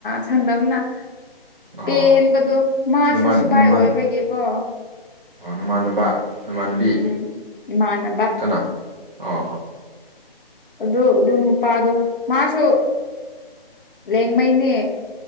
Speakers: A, on the left (about 60°); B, on the right (about 55°).
A: ꯁꯪꯗꯕꯅ
B: ꯑꯣ
A: ꯄꯦꯟꯕꯗꯣ ꯃꯥꯁꯨ
B: ꯅꯃꯥꯟ
A: ꯁꯤꯚꯥꯏ
B: ꯅꯃꯥꯟ
A: ꯑꯣꯏꯕꯒꯤꯀꯣ
B: ꯑꯣ ꯅꯃꯥꯟꯅꯕ ꯅꯃꯥꯟꯅꯕꯤ
A: ꯎꯝ ꯏꯃꯥꯟꯅꯕ
B: ꯀꯅꯥ ꯑꯥ ꯑ
A: ꯑꯗꯨ ꯑꯗꯨ ꯅꯨꯄꯥꯗꯣ ꯃꯥꯁꯨ ꯂꯦꯡꯃꯩꯅꯦ